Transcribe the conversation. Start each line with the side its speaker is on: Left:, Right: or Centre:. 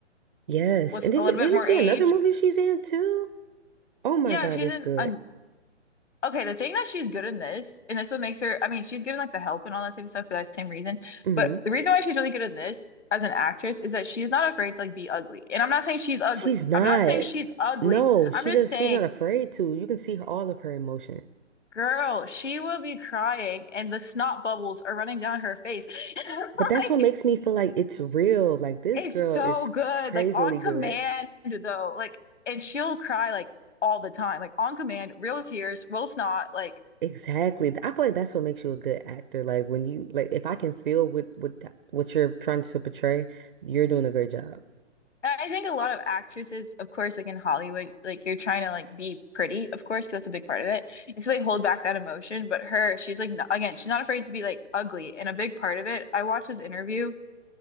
Right: Yes.
Left: with
Right: And did
Left: a little
Right: you did
Left: bit
Right: you
Left: more
Right: see
Left: age.
Right: another movie she's in too? Oh my
Left: Yeah,
Right: God,
Left: she's
Right: it's
Left: in.
Right: good.
Left: Un okay, the thing that she's good in this, and this what makes her, I mean, she's given like the help and all that type of stuff for that same reason.
Right: hmm
Left: But the reason why she's really good in this as an actress is that she's not afraid to like be ugly. And I'm not saying she's ugly.
Right: She's not.
Left: I'm not saying she's ugly.
Right: No, she
Left: I'm just
Right: does.
Left: saying
Right: She's not afraid to. You can see her, all of her emotion.
Left: Girl, she will be crying and the snot bubbles are running down her face. <laughs> And I'm Like,
Right: But that's what makes me feel like it's real. Like this
Left: it's
Right: girl
Left: so
Right: is
Left: good.
Right: crazily
Left: Like, on command,
Right: good.
Left: though. Like, and she'll cry like all the time. Like, on command, real tears, real snot. Like,
Right: Exactly. I feel like that's what makes you a good actor. Like when you like if I can feel what what th- what you're trying to portray, you're doing a great job.
Left: and I think a lot of actresses, of course, like in Hollywood, like you're trying to like be pretty, of course, 'cause that's a big part of it. And so they hold back that emotion. But her, she's like, not, again, she's not afraid to be like ugly. And a big part of it, I watched this interview,